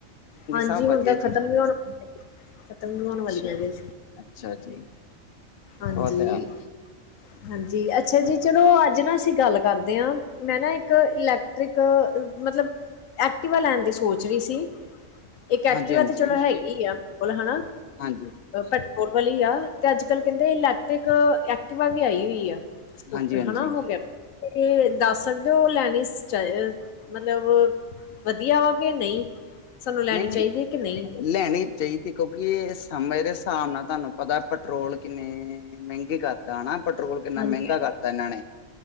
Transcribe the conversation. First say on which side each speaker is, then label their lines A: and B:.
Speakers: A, on the left (about 85°); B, on the left (about 60°).
A: ਹਾਂਜੀ,
B: ਸਭ
A: ਹੁਣ
B: ਵਧੀਆ
A: ਤਾਂ
B: ਜੀ
A: ਖਤਮ ਵੀ ਹੋਣ, ਖਤਮ ਵੀ ਹੋਣ
B: ਅੱਛਾ
A: ਵਾਲੀਆਂ ਨੇ
B: ਅੱਛਾ ਜੀ
A: ਹਾਂਜੀ
B: ਉਹ ਤੇ ਹੈ
A: ਹਾਂਜੀ, ਅੱਛਾ ਜੀ ਚਲੋ ਅੱਜ ਨਾ ਅਸੀਂ ਗੱਲ ਹੈਨਾ ਮੈਂ ਨਾ ਇੱਕ, ਇਲੈਕਟ੍ਰਿਕ, ਮਤਲਬ ਐਕਟਿਵਾ ਲੈਣ ਦੀ ਸੋਚ ਰਹੀ ਸੀ ਇੱਕ ਐਕਟਿਵਾ
B: ਹਾਂਜੀ ਹਾਂਜੀ
A: ਹੈ ਤੇ ਚਲੋ ਹੈਗੀ ਆ, ਓਹਨਾ ਕੋਲ ਹਨਾ
B: ਹਾਂਜੀ
A: ਪੈਟਰੋਲ ਵਾਲੀ ਆ, ਤੇ ਅੱਜ -ਕਲ ਕਹਿੰਦੇ ਇਲੈਕਟ੍ਰਿਕ, ਐਕਟਿਵਾ ਵੀ ਆਈ ਹੋਈ ਆ ਸਕੂਟਰ,
B: ਹਾਂਜੀ ਹਾਂਜੀ
A: ਹਨਾ ਹੋ ਗਿਆ ਏ ਦੱਸ ਸਕਦੇ ਹੋ, ਉਹ ਲੈਣੀ ਮਤਲਬ ਵਧੀਆ ਵਾ ਕਿ, ਨਹੀਂ ਸਾਨੂੰ ਲੈਣੀ
B: ਨਹੀਂ-
A: ਚਾਹੀਦੀ
B: ਨਹੀਂ
A: ਕਿ ਨਹੀਂ
B: ਲੈਣੀ ਚਾਹੀਦੀ, ਕਿਉਂਕਿ ਸਮੇਂ ਦੇ ਹਿਸਾਬ ਨਾਲ ਤੁਹਾਨੂੰ ਪਤਾ ਪੈਟਰੋਲ ਕਿੰਨੇ, ਮਹਿੰਗੇ ਕਰ ਤਾਂ ਨਾ, ਪੈਟਰੋਲ ਕਿੰਨਾ
A: ਹਾਂਜੀ
B: ਮਹਿੰਗਾ ਕਰਤਾ ਇਹਨਾਂ ਨੇ,